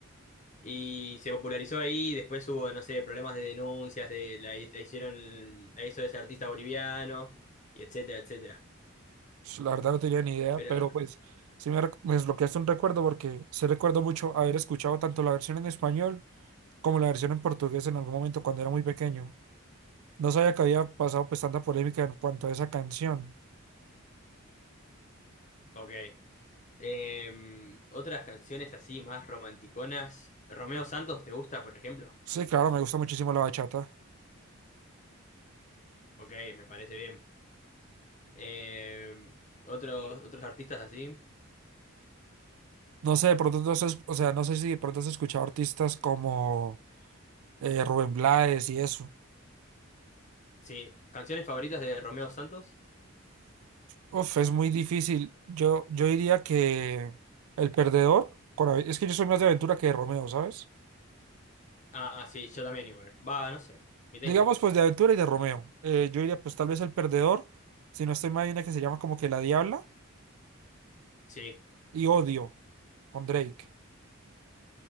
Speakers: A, on the left; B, on the right.
A: y se popularizó ahí, después hubo, no sé, problemas de denuncias, de la, hi- la hicieron, la hizo ese artista boliviano, y etcétera, etcétera.
B: Pues, La verdad no tenía ni idea,
A: Pero,
B: pero pues sí me, rec- me desbloqueaste un recuerdo porque sí recuerdo mucho haber escuchado tanto la versión en español como la versión en portugués en algún momento cuando era muy pequeño. No sabía que había pasado pues tanta polémica en cuanto a esa canción.
A: ok. Em, otras canciones así más romanticonas. Romeo Santos, ¿te gusta, por ejemplo?
B: Sí, claro, me gusta muchísimo la bachata.
A: Ok, me parece bien. Em, otros, otros artistas así.
B: No sé, de pronto no se- o sea, no sé si de pronto has escuchado artistas como eh, Rubén Blades y eso.
A: Sí, canciones favoritas de Romeo Santos.
B: Uf, es muy difícil. Yo, yo diría que el perdedor, con Ave- es que yo soy más de Aventura que de Romeo, ¿sabes?
A: Ah, sí, yo también igual. Va, no sé, mitad
B: Digamos
A: y mitad.
B: pues de Aventura y de Romeo. Eh, yo diría pues tal vez el perdedor, si no estoy mal, hay una que se llama como que La Diabla
A: Sí,
B: y Odio con Drake.